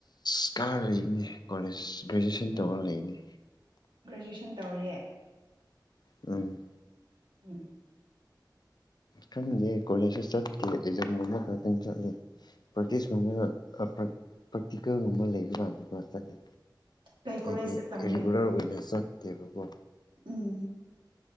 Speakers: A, on the left (about 60°); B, on the right (about 85°).
A: ꯑ ꯀꯥꯔ ꯂꯩꯅꯦ ꯀꯣꯂꯦꯖ ꯒ꯭ꯔꯦꯖꯨꯑꯦꯁꯟ ꯇꯧꯔ ꯂꯩꯅꯦ
B: ꯒ꯭ꯔꯦꯖꯨꯦꯁꯟ ꯇꯧꯔꯤꯌꯦ
A: ꯎꯝ
B: ꯎꯝ
A: ꯈꯪꯗꯦ ꯀꯣꯂꯦꯖꯇ ꯆꯠꯀ ꯑꯦꯛꯖꯥꯝꯒꯨꯝꯕ ꯈꯛꯇꯪ ꯆꯠꯂꯤ ꯄ꯭ꯔꯥꯛꯇꯤꯁꯀꯨꯝꯕꯅ ꯄ꯭ꯔꯦꯛꯇꯤꯀꯦꯜꯒꯨꯝꯕ ꯂꯩꯔꯀꯥꯟꯗ ꯈꯔ ꯆꯠꯂꯦ
B: ꯀꯩ ꯀꯣꯂꯦꯖꯇ
A: ꯍꯥꯏꯗꯤ
B: ꯇꯝꯒꯦ
A: ꯔꯤꯒꯨꯂꯔ ꯑꯣꯏꯅ ꯆꯠꯇꯦꯕꯀꯣ
B: ꯎꯝ